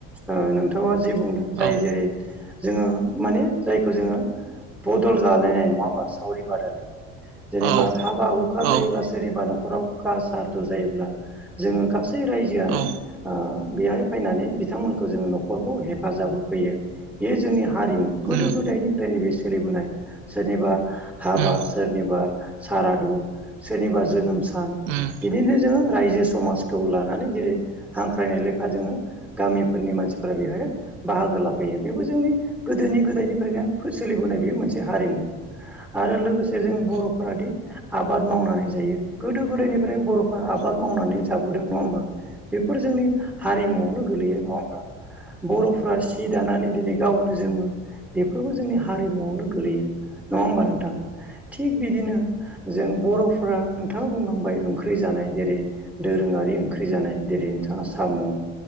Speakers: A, in the centre; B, on the right.
A: ओ नोंथाङा जे बु दों
B: औ
A: जाय जेरै जोङो माने जायखौ जोङो बदल जालायनाय नङा होमबा सावरि बादालि जेनेबा
B: औ
A: हाबा हुखा
B: औ
A: जायोब्ला सोरनिबा न'खराव कास सारदु जायोब्ला जोङो गासै रायजोआनो
B: औ
A: ओ बेहाय फैनानै बिथांमोनखौ जोङो न'खरखौ हेफाजाब होफैयो बेयो जोंनि हारिमु गोदो
B: उम
A: गोदायनिफ्रायनो बे सोलिबोनाय सोरनिबा हाबा
B: उम
A: सोरनिबा सारादु सोरनिबा जोनोम सान
B: उम
A: बिदिनो जोङो रायजो समाजखौ लानानै जेरै हांख्रायनाय लेखा जोङो गामिफोरनि मानसिफ्रा बेहाय बाहागो लाफायो बेबो जोंनि गोदोनि गोदायनिफ्रायनो सोलिबोनाय बे मोनसे हारिमु। आरो लोगोसे जों बर'फोरादि
B: औ
A: आबाद मावनानै जायो गोदो गोदायनिफ्रायनो बर'फोरा आबाद
B: औ
A: आबाद मावनानै जाबोदों नङा होमबा बेफोर जोंनि हारिमुआवनो गोलैयो नङा होमबा? बर'फ्रा सि दानानै दिनै गावनो जोमो। बेफोरबो जोंनि हारिमुआवनो गोलैयो नङा होमबा नोंथां? थिग बिदिनो जों बर'फ्रा नोंथाङा बुंलांबाय ओंख्रि जानाय जेरै दोरोङारि ओंख्रि जानाय जेरै नोंथाङा साम'।